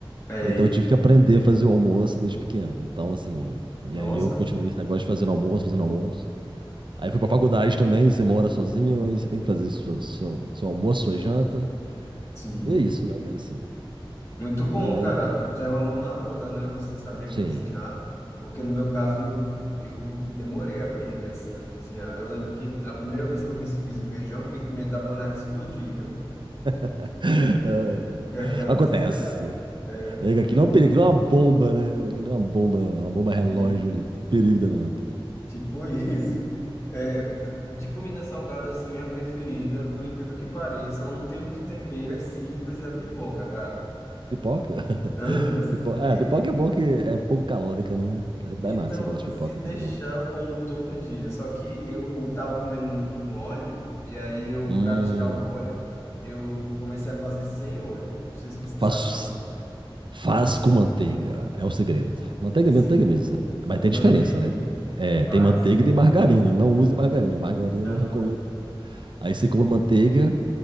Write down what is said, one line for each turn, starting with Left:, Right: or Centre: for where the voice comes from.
Left: ei,
Right: Então eu tive que aprender a fazer o almoço desde pequeno. Então, assim, e
Left: nossa,
Right: aí eu continuei esse negócio de fazendo almoço, fazendo almoço. Aí fui pra faculdade também, você mora sozinho, aí você tem que fazer sua, seu, seu almoço, sua janta.
Left: sim.
Right: E é isso, né, cara, assim.
Left: Muito bom,
Right: Mas,
Left: cara. Já é uma mão na roda, né? Você saber
Right: sim.
Left: cozinhar. Porque no meu caso, eu demorei a aprender, assim, a cozinhar. Eu lembro que a primeira vez que eu fiz fiz o feijão, eu fiquei com medo da panela explodir, né?
Right: <laughs> Ah,
Left: E aquela desgraça.
Right: Acontece.
Left: É,
Right: É que
Left: meu,
Right: aquilo é um perigo, aquilo é uma bomba, né? Aquilo é uma bomba, uma bomba relógio
Left: e
Right: ali. Um Perigo danado.
Left: tipo isso. É, de comida salgada, assim, minha preferida, por incrível que pareça, ela não tem muito tempero, é simples, é pipoca, cara.
Right: Pipoca? <laughs>
Left: Aham.
Right: Pipo- É,
Left: E-
Right: pipoca é bom que é pouco calórica, né? É bem
Left: então,
Right: massa, eu gosto de
Left: se
Right: pipoca
Left: deixar,
Right: também.
Left: eu como todo dia. Só que eu tava comendo muito com óleo, e aí eu,
Right: Hum,
Left: pra tirar o óleo, eu comecei a fazer sem óleo. Não sei se você
Right: faço
Left: sabe fazer.
Right: Faz com manteiga, é o segredo. Manteiga,
Left: Sim,
Right: manteiga mesmo, mas tem
Left: manteiga,
Right: diferença, né? É,
Left: faz.
Right: tem manteiga e tem margarina. Não use margarina, margarina
Left: Não,
Right: eu não recomendo.
Left: não.
Right: Aí você compra manteiga,